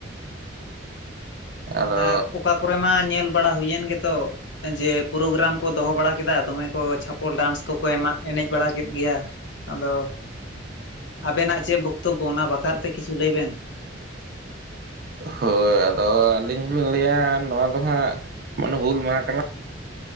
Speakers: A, on the right (about 50°); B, on the left (about 65°).
A: ᱟᱫᱚ
B: ᱟᱨ ᱚᱠᱟ ᱠᱚᱨᱮ ᱢᱟ ᱧᱮᱞ ᱵᱟᱲᱟ ᱦᱩᱭᱮᱱ ᱜᱮᱛᱚ, ᱡᱮ ᱯᱨᱳᱜᱨᱟᱢ ᱠᱚ ᱫᱚᱦᱚ ᱵᱟᱲᱟ ᱠᱮᱫᱟ ᱫᱚᱢᱮ ᱠᱚ ᱪᱷᱟᱯᱚᱞ ᱰᱟᱱᱥ ᱠᱚᱠᱚ ᱮᱢᱟᱜ ᱮᱱᱮᱡ ᱵᱟᱲᱟ ᱠᱮᱫ ᱜᱮᱭᱟ᱾ ᱟᱫᱚ ᱟᱵᱮᱱᱟᱜ ᱪᱮᱫ ᱵᱚᱠᱛᱚᱵᱵᱚ? ᱚᱱᱟ ᱵᱟᱠᱷᱨᱟ ᱛᱮ ᱠᱤᱪᱷᱩ ᱞᱟᱹᱭ ᱵᱮᱱ ᱾
A: ᱦᱳᱭ ᱟᱫᱚ ᱟᱹᱞᱤᱧ ᱦᱚᱞᱤᱧ ᱞᱟᱹᱭᱟ ᱱᱚᱣᱟ ᱫᱚ ᱦᱟᱸᱜ ᱢᱟᱱᱮ ᱦᱩᱞ ᱢᱟᱦᱟ ᱠᱟᱱᱟ